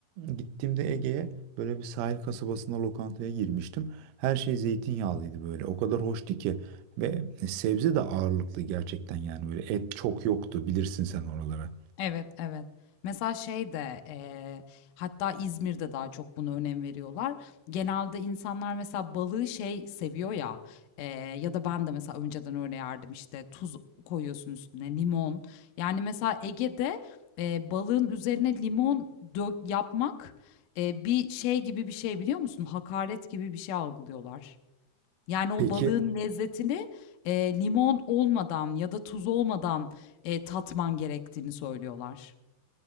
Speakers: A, on the right; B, on the left.
A: gittiğimde Ege'ye böyle bir sahil kasabasında lokantaya girmiştim. Her şey zeytinyağlıydı böyle. O kadar hoştu ki ve sebze de ağırlıklı gerçekten yani böyle et çok yoktu bilirsin sen oralara.
B: Evet, evet. Mesela şey de eee, hatta İzmir'de daha çok buna önem veriyorlar. Genelde insanlar mesela balığı şey seviyor ya eee, ya da ben de mesela önceden öyle yerdim işte tuz koyuyorsun üstüne limon. Yani mesela Ege'de eee, balığın üzerine limon dök yapmak eee, bir şey gibi bir şey biliyor musun? Hakaret gibi bir şey algılıyorlar. Yani o
A: Peki
B: balığın lezzetini, eee, limon olmadan ya da tuz olmadan, eee, tatman gerektiğini söylüyorlar.